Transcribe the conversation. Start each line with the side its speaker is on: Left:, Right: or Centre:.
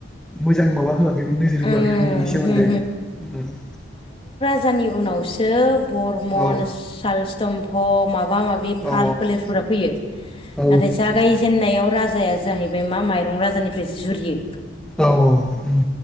Centre: मोजां माबा होआखैमोन नोजोर
Left: उम
Centre: बोआखैमोन बिनि सोमोन्दै
Left: होम
Centre: उम
Left: जानि उनावसो बरमन
Centre: औ
Left: साल स्थम मा माबा माबि फाल
Centre: औ
Left: फोलेरफोरा फै
Centre: औ
Left: नाथाय जागायजेननायाव राजाया जाहैबाय मा माइरं राजानिफ्रायसो जुरियो
Centre: औ औ उम